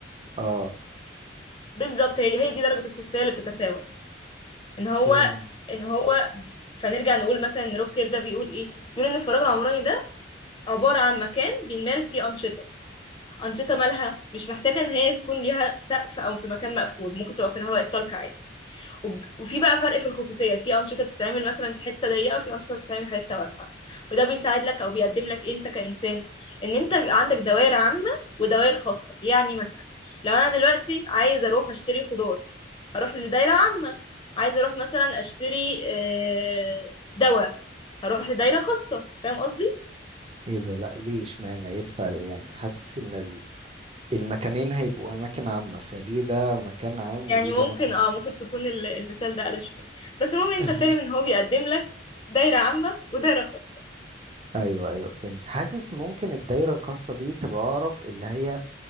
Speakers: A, on the right (about 30°); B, on the left (about 25°).
A: اه
B: بالظبط هي هي دي درجه الخصوصيه اللي بتتفاوت ان هو
A: فين
B: ان هو فنرجع نقول مثلا ان روب كير ده بيقول ايه بيقول ان الفراغ العمراني ده عباره عن مكان بنمارس فيه انشطه انشطه مالها مش محتاجه ان هي تكون ليها سقف او في مكان مقفول ممكن تبقى في الهواء الطلق عادي وب- وفي بقى فرق في الخصوصية في أنشطة بتتعمل مثلا في حتة ضيقة وفي أنشطة بتتعمل في حتة واسعة وده بيساعد لك أو بيقدم لك إيه أنت كإنسان إن أنت بيبقى عندك دوائر عامة ودوائر خاصة يعني مثلا لو أنا دلوقتي عايز أروح أشتري خضار هروح لدايرة عامة عايز أروح مثلا أشتري آه، دواء هروح لدايرة خاصة فاهم قصدي؟
A: ايه ده لا ليه اشمعنى ايه الفرق يعني حاسس ان المكانين هيبقوا اماكن عامة فليه ده مكان عام
B: يعني
A: وليه ده
B: ممكن
A: مكان
B: اه
A: خ-
B: ممكن تكون ال- المثال ده قلش مني بس المهم انت
A: <laughs>
B: فاهم ان هو بيقدم لك دايرة عامة ودايرة خاصة
A: ايوه ايوه فهمت حاسس ممكن الدايرة الخاصة دي تبقى اقرب اللي هي